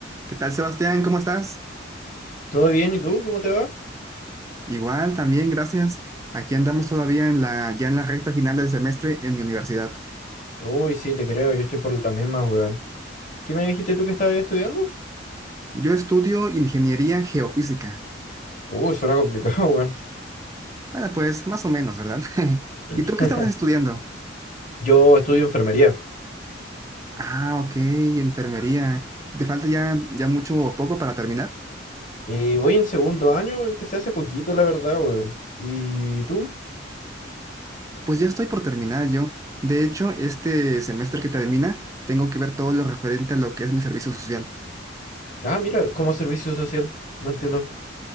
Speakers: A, on the right (about 15°); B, on the left (about 40°).
A: ¿Qué tal, Sebastián? ¿Cómo estás?
B: ¿Todo bien? ¿Y tú? ¿Cómo te va?
A: Igual, también, gracias. Aquí andamos todavía en la, ya en la recta final del semestre en mi universidad.
B: Uy, sí, te creo, yo estoy por las mismas weón. ¿Qué me dijiste tú que estabas estudiando?
A: Yo estudio ingeniería geofísica.
B: Uy, suena complicado, weón.
A: Bueno, pues más o menos, ¿verdad? <laughs>
B: <laughs>
A: ¿Y tú qué estabas estudiando?
B: Yo estudio enfermería.
A: Ah, ok, enfermería. ¿Te falta ya, ya mucho o poco para terminar?
B: Y voy en segundo año, empecé hace poquito, la verdad, weón. ¿Y tú?
A: Pues ya estoy por terminar yo. De hecho, este semestre que termina, tengo que ver todo lo referente a lo que es mi servicio social.
B: Ah, mira, como servicio social. No entiendo.